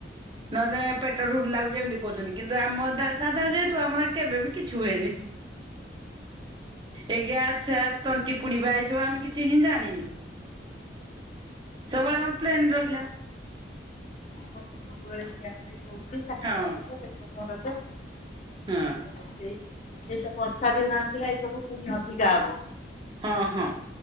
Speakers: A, on the right; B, on the left.
A: ନହେଲେ ପେଟ ଢୁଲ ଲାଗୁଛି ଏମିତି କହୁଛନ୍ତି କିନ୍ତୁ ଆମରଟା ସାଧା ଯେହେତୁ ଆମର କେବେବି କିଛି ହୁଏନି। ଏ ଗ୍ୟାସ ଫ୍ୟାସ ତଣ୍ଟି ପୁଡିବା ଏଇସବୁ ଆମେ କିଛି ହିଁ ଜାଣିନୁ। ସବୁବେଳେ ଆମର ପ୍ଲେନ୍ ରହିଲା।
B: ତମର ତ ସବୁବେଳେ ଗ୍ୟାସରେ ରୋଷେଇ ଛାତି
A: ହଁ
B: ଦରଜ ପେଟ ଦରଜ
A: ହଁ
B: ସେ ଏଇତ ବର୍ଷା ଦିନ ଆସିଲ ଏଇ ସବୁ ପୁଣି ଅଧିକା ହବ।
A: ହଁ ହଁ।